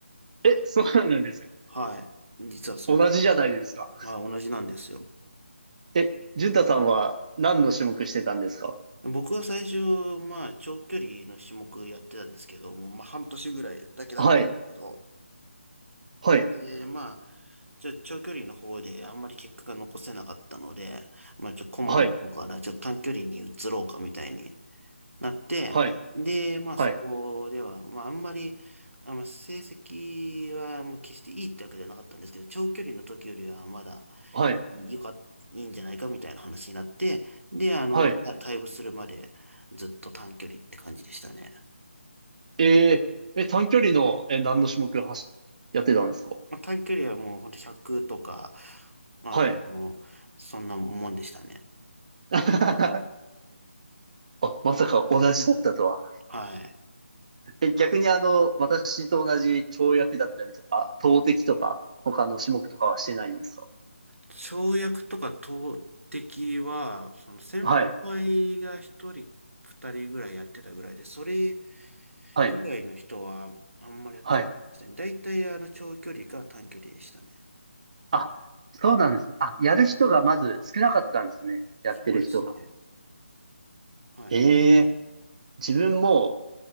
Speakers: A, on the right (about 35°); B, on the right (about 85°).
A: え、そうなんですか。
B: はい。実はそうで。
A: 同じじゃないですか。
B: あ、同じなんですよ。
A: え、淳太さんは何の種目してたんですか
B: 僕は最初、まあ、長距離の種目やってたんですけども、まあ、半年ぐらいだけだった。
A: はい、
B: けど
A: はい、
B: えまあ、ちょ、長距離の方であんまり結果が残せなかったので、まあ、ちょ、顧問の方から、
A: はい、
B: ちょ、短距離に移ろうかみたいになって、
A: はい、
B: で、まあ、
A: はい、
B: そこでは、まあ、あんまり、あ、まあ、成績はもう決していいってわけじゃなかったんですけど、長距離の時よりはまだ
A: はい、
B: よかっ、いいんじゃないかみたいな話になって、で、あの、
A: はい。
B: た退部するまでずっと短距離って感じでしたね。
A: えー、え、短距離の、え、何の種目走、やってたんですか
B: まあ、短距離はもうほんと100とか、まあ、
A: はい。
B: あの、そんなもんでしたね。
A: <laughs> あ、まさか同じだったとは。
B: はい。
A: え、逆にあの、私と同じ跳躍だったりとか、投擲とか、他の種目とかはしてないんですか
B: 跳躍とか投擲は、その先輩が1人、
A: はい、
B: 2人ぐらいやってたぐらいで、それ
A: はい、
B: 以外の人はあんまりやってませんでしたね。
A: はい。
B: 大体あの長距離か短距離でしたね。
A: あ、そうなんです。あ、やる人がまず少なかったんですね。やってる人が。
B: そうですね。はい。
A: ええ、自分も、